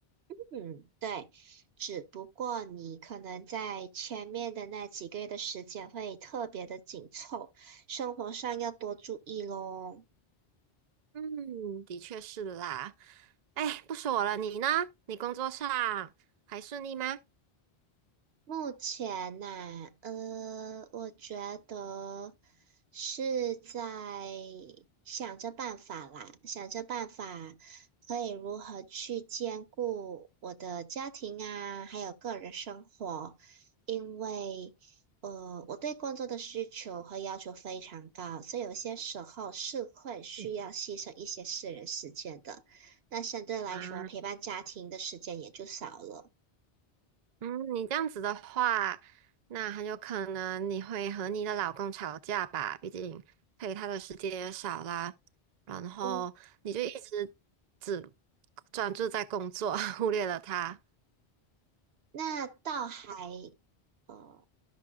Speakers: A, on the right (about 75°); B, on the right (about 55°).
A: 嗯，对，只不过你可能在前面的那几个月的时间会特别的紧凑，生活上要多注意咯。
B: 嗯，的确是啦。哎，不说我了，你呢？你工作上还顺利吗？
A: 目前呢、呃，我觉得是在想着办法啦，想着办法可以如何去兼顾我的家庭啊，还有个人生活，因为呃，我对工作的需求和要求非常高，所以有些时候是会需要牺牲一些私人时间的，
B: 嗯
A: 那相对来说，
B: 啊，
A: 陪伴家庭的时间也就少了。
B: 嗯，你这样子的话，那很有可能你会和你的老公吵架吧？毕竟陪他的时间也少啦，然后你就一直只
A: 嗯。
B: 专注在工作，<laughs> 忽略了他。
A: 那倒还呃